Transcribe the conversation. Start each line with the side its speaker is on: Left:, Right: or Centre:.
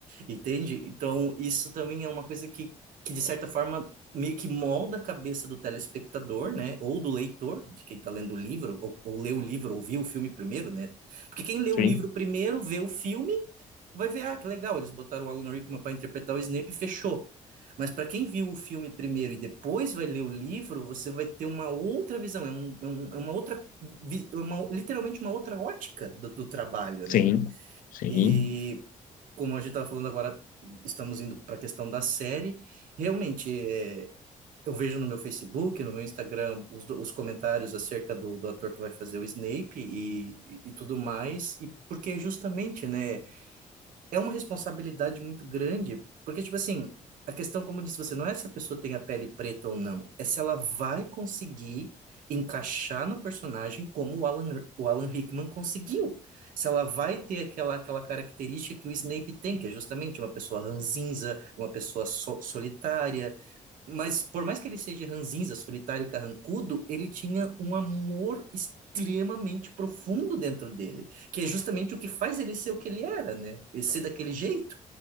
Right: Entende? Então, isso também é uma coisa que, que, de certa forma, meio que molda a cabeça do telespectador, né? Ou do leitor, de quem está lendo o livro, ou, ou lê o livro, ou viu o filme primeiro, né? Porque quem lê
Left: Sim,
Right: o livro primeiro, vê o filme, vai ver, ah, que legal, eles botaram o Alan Rickman para interpretar o Snape e fechou. Mas para quem viu o filme primeiro e depois vai ler o livro, você vai ter uma outra visão, é, um, é um- é uma outra, vi- é uma, literalmente uma outra ótica do, do trabalho, né?
Left: sim, sim.
Right: E como a gente estava falando agora, estamos indo para a questão da série. Realmente, é, eu vejo no meu Facebook, no meu Instagram, os, do- os comentários acerca do, do ator que vai fazer o Snape e, e, e tudo mais. E porque é justamente, né? é uma responsabilidade muito grande, porque, tipo assim, a questão, como eu disse você, não é se a pessoa tem a pele preta ou não, é se ela vai conseguir encaixar no personagem como o Alan, o Alan Rickman conseguiu. Se ela vai ter aquela, aquela característica que o Snape tem, que é justamente uma pessoa ranzinza, uma pessoa so- solitária. Mas, por mais que ele seja ranzinza, solitário e carrancudo, ele tinha um amor extremamente profundo dentro dele que é justamente o que faz ele ser o que ele era, né? E ser daquele jeito,